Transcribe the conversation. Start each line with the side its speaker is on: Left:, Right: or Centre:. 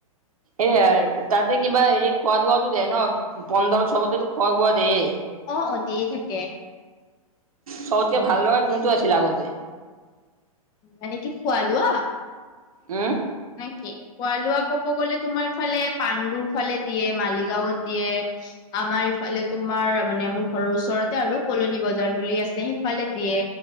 Right: এয়া তাতে কিবা হেৰি খোৱা দুৱাতো দে ন পোন্ধৰ চবতেটো খোৱা বোৱা দেয়ে।
Left: অ অ দিয়ে থাকে।
Right: চবতকে
Left: উম
Right: ভাল লগা কোনটো আছিল আগতে?
Left: মানে কি খোৱা লোৱা
Right: উম
Left: নে কি খোৱা লোৱা ক'ব গ'লে তোমাৰ ফালে পাণ্ডুৰ ফালে দিয়ে মালিগাঁওত দিয়ে। আমাৰ ইফালে তোমাৰ মানে মোৰ ঘৰৰ ওচৰতে আৰু কলনি বজাৰ বুলি আছে সেইফালে দিয়ে।